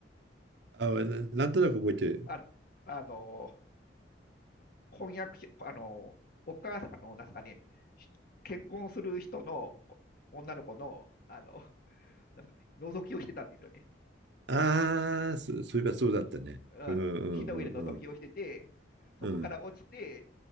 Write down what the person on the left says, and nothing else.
あの、あの、婚約し、あの、お母さん、あの、なんすかね、し結婚する人のこ女の子の、あの、なんすかね、覗きをしてたんですよね。
うん。
木の上で覗きをしてて、
そこから落ちて、